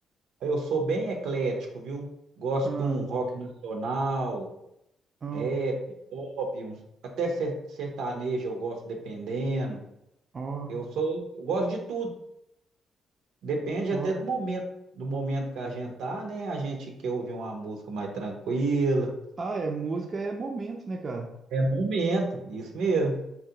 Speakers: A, on the right; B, on the right.
A: Aí eu sou bem eclético, viu? Gosto
B: Ah,
A: de um rock nacional,
B: ó,
A: rap, pop, um, até ser- sertanejo eu gosto, dependendo.
B: ó,
A: Eu sou, eu gosto de tudo. Depende
B: ó.
A: até do momento, do momento que a gente tá, né? A gente quer ouvir uma música mais tranquila.
B: Ah, é, música é momento, né, cara?
A: É momento, isso mesmo.